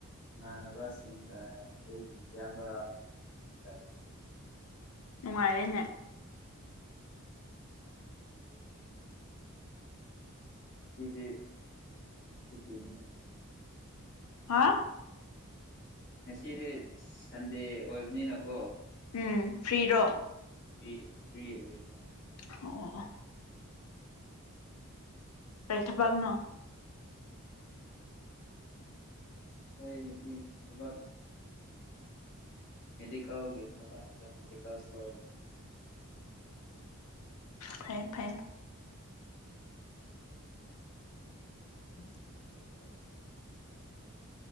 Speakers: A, on the left; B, on the left.
A: ꯏꯃꯥꯟꯅꯕꯁꯤꯡꯒ ꯑꯩꯒꯤ ꯏꯌꯥꯝꯕ ꯀ ꯂꯩ
B: ꯅꯨꯡꯉꯥꯏꯔꯦꯅꯦ
A: ꯑꯎꯝ ꯁꯤꯗꯤ ꯁꯨꯇꯤꯅꯤꯅ
B: ꯍꯥ
A: ꯉꯁꯤꯗꯤ ꯁꯟꯗꯦ ꯑꯣꯏꯕꯅꯤꯅꯀꯣ
B: ꯎꯝ ꯐꯔꯤꯔꯣ
A: ꯄꯔꯤ ꯐꯔꯤ ꯑꯣꯏꯌꯦꯒ
B: ꯑꯣ ꯀꯩ ꯊꯕꯛꯅꯣ
A: ꯍꯣꯏꯗꯤ ꯊꯕꯛ ꯃꯦꯗꯤꯀꯜꯒꯤ ꯊꯕꯛꯅꯤꯗ ꯃꯦꯗꯤꯀꯁ
B: ꯐꯥꯏ ꯐꯥꯏ <inaudible>